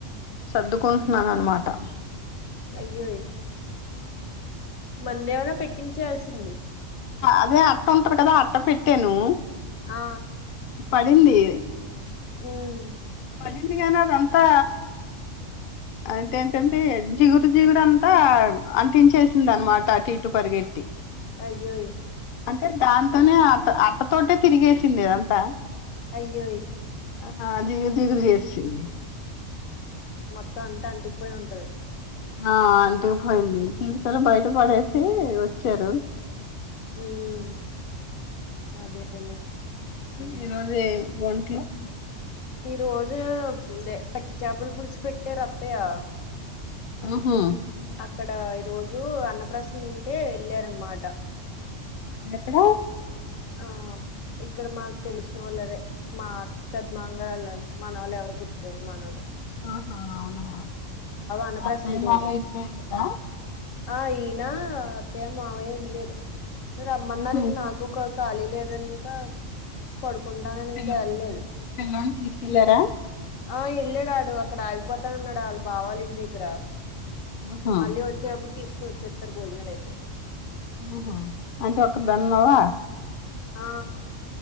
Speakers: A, on the left; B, on the left.
A: సర్దుకుంటున్నానమాట
B: అయ్యోయ్ మందేమైనా పెట్టించేయాల్సింది
A: అదే అట్ట ఉంటది కదా అట్ట పెట్టాను
B: ఆ
A: పడింది
B: ఉమ్
A: పడింది కానీ అదంతా అంటే ఎంటంటే జిగురు జిగురంతా అంటించేసింది అనమాట అటు ఇటు పరిగెట్టి
B: అయ్యోయ్
A: అంటే దాంతోనే అ అట్టతోటే తిరిగేసింది ఇదంతా
B: అయ్యోయ్
A: ఆ అది జిగురు చేసింది
B: మొత్తం అంతా అంటికిపోయి ఉంటది
A: ఆ అంటుకుపోయింది ఇంతలో బయట పడేసి వచ్చారు
B: హ్మ్ అదేలే
A: ఈ రోజు ఏ వంటలు
B: ఈ రోజు కట్టి చేపల పులుసు పెట్టేరత్తయా
A: మ్ హు
B: అక్కడ ఈ రోజు అన్నప్రసన్న ఉంటే వెళ్ళారనమాట
A: ఎక్కడ
B: ఆ ఇక్కడ మాకు తెలిసిన వాళ్ళు అదే మా అత్త పెద్మాంగారాల్లల్ మనవళ్ళు ఎవరో పుట్టారు మనవడు
A: ఆహా అవునా
B: అన్నప్రాసన
A: అత్తయ
B: ఈ
A: మావయ్య
B: రోజు
A: ఇద్దరు ఎళ్ళర
B: ఆ ఈయన అత్తయ్య మావయ్య వెళ్లిరు రమ్మన్నరు
A: ఊహు
B: ఇంగ్ నాకు కొ ఖాళీ లేదని ఇంకా పడుకుంటానని
A: పిల్ల
B: ఇంకా వెళ్లేదు
A: పిల్లోని తీసుకెళ్ళారా
B: ఆ వెళ్ళాడాడు అక్కడ ఆగిపోతానన్నాడు వాళ్ళ బావా ల్ల ఇంటి దగ్గర
A: ఆహా
B: మళ్ళీ వచ్చేటప్పుడు తీసుకుని వచ్చేస్తారు భోజనాలు అయితే
A: ఆహా అంటే ఒక్క దాన్నున్నావా
B: ఆ